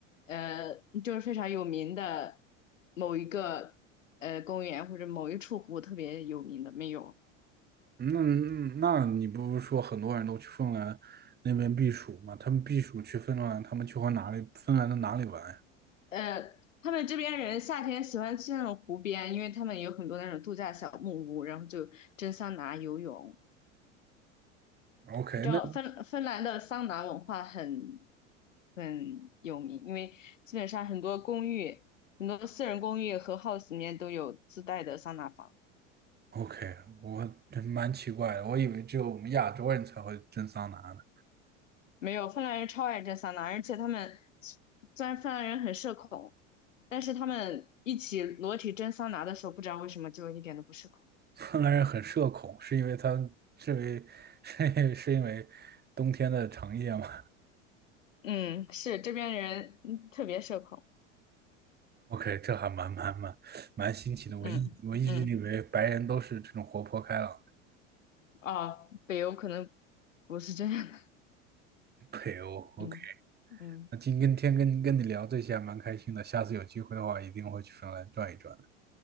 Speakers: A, on the left; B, on the right.
A: 呃，就是非常有名的某一个呃公园或者某一处湖特别有名的没有。
B: 嗯那嗯那你不是说很多人都去芬兰那边避暑吗？他们避暑去芬兰，他们去和哪里芬兰的哪里玩呀
A: 呃，他们这边人夏天喜欢去那种湖边，因为他们有很多那种度假小木屋，然后就蒸桑拿、游泳。
B: ？OK，
A: 你知道芬芬兰的桑拿文化很
B: 那
A: 很有名，因为基本上很多公寓、很多私人公寓和 house 里面都有自带的桑拿房。
B: OK，我真蛮奇怪的，我以为只有我们亚洲人才会蒸桑拿呢。
A: 没有，芬兰人超爱蒸桑拿，而且他们虽然芬兰人很社恐，但是他们一起裸体蒸桑拿的时候，不知道为什么就一点都不社恐。
B: <laughs> 芬兰人很社恐，是因为他是因为 <laughs> 是是因为冬天的长夜吗
A: 嗯，是这边人嗯特别社恐。
B: ？OK，这还蛮蛮蛮蛮新奇的。我一我一直以为白人都是这种活泼开朗的。
A: 嗯嗯，啊，北欧可能不是这样的。
B: OK。
A: 嗯嗯
B: 那今跟天跟跟你聊这些还蛮开心的，下次有机会的话一定会去芬兰转一转的。